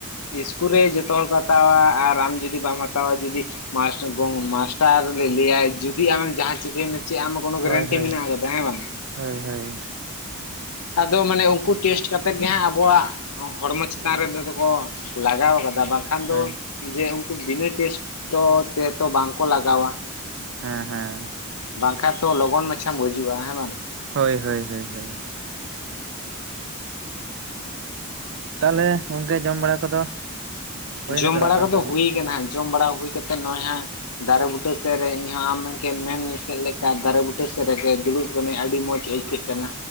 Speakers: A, on the left (about 85°); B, on the right (about 55°).
A: ᱤᱥᱠᱩᱞ ᱨᱮ ᱡᱚᱛᱚ ᱦᱚᱲ ᱠᱚ ᱦᱟᱛᱟᱣᱟ ᱟᱨ ᱟᱢ ᱡᱩᱫᱤ ᱵᱟᱢ ᱦᱟᱛᱟᱣᱟ ᱡᱩᱫᱤ ᱢᱟᱥᱴᱟᱨ ᱜᱚᱸᱻ ᱢᱟᱥᱴᱟᱨ ᱞᱮ ᱞᱟᱹᱭᱟᱭ ᱡᱩᱫᱤ ᱟᱢᱮᱢ ᱡᱟᱦᱟᱸ ᱪᱤᱠᱟᱹᱭᱱᱟ ᱪᱮᱜ ᱟᱢ ᱠᱳᱱᱳ ᱜᱮᱨᱮᱱᱴᱤ
B: ᱦᱳᱭ ᱦᱳᱭ
A: ᱢᱮᱱᱟᱜ ᱠᱟᱫᱟ ᱦᱮᱸ ᱵᱟᱝ?
B: ᱦᱳᱭ ᱦᱳᱭ
A: ᱟᱫᱚ ᱢᱟᱱᱮ ᱩᱱᱠᱩ ᱴᱮᱥᱴ ᱠᱟᱛᱮᱜ ᱜᱮ ᱦᱟᱸᱜ ᱟᱵᱚᱣᱟᱜ ᱦᱚᱲᱢᱚ
B: ᱦᱩᱸ
A: ᱪᱮᱛᱟᱱ ᱨᱮᱫᱚ ᱠᱚ ᱞᱟᱜᱟᱣ ᱟᱠᱟᱫᱟ ᱵᱟᱝ ᱠᱷᱟᱱ ᱫᱚ
B: ᱦᱳᱭ
A: ᱡᱮ ᱩᱱᱠᱩ ᱵᱤᱱᱟᱹ ᱴᱮᱥᱴ ᱛᱚ ᱛᱮᱛᱚ ᱵᱟᱝ ᱠᱚ ᱞᱟᱜᱟᱣᱟ᱾
B: ᱦᱮᱸ ᱦᱮᱸ᱾
A: ᱵᱟᱝ ᱠᱷᱟ ᱛᱚ ᱞᱚᱜᱚᱱ ᱢᱟᱪᱷᱟᱢ ᱜᱩᱡᱩᱜ-ᱟ ᱦᱮᱸ ᱵᱟᱝ?
B: ᱦᱳᱭ ᱦᱳᱭ ᱦᱳᱭ ᱦᱳᱭ᱾ ᱛᱟᱞᱮ ᱜᱚᱝᱠᱮ ᱡᱚᱢ ᱵᱟᱲᱟ ᱠᱚᱫᱚ ᱦᱩᱭᱱᱟ
A: ᱡᱚᱢ
B: ᱥᱮ
A: ᱵᱟᱲᱟ
B: ᱵᱟᱝ
A: ᱠᱚᱫᱚ
B: ᱛᱚᱵᱮ
A: ᱦᱩᱭ ᱟᱠᱟᱱᱟ ᱡᱚᱢ ᱵᱟᱲᱟ ᱦᱩᱭ ᱠᱟᱛᱮᱜ ᱱᱚᱜ-ᱚᱭ ᱦᱟᱸᱜ ᱫᱟᱨᱮ ᱵᱩᱴᱟᱹ ᱥᱮᱜ ᱨᱮ ᱤᱧ ᱦᱚᱸ ᱟᱢ ᱢᱮᱱ ᱠᱮᱜ ᱢᱮᱱ ᱞᱮᱠᱟ ᱫᱟᱨᱮ ᱵᱩᱴᱟᱹ ᱥᱮᱫ ᱨᱮᱜᱮ ᱫᱩᱲᱩᱵ ᱠᱟᱹᱱᱟᱹᱧ ᱟᱹᱰᱤ ᱢᱚᱸᱡᱽ ᱟᱹᱭᱠᱟᱹᱜ ᱠᱟᱱᱟ᱾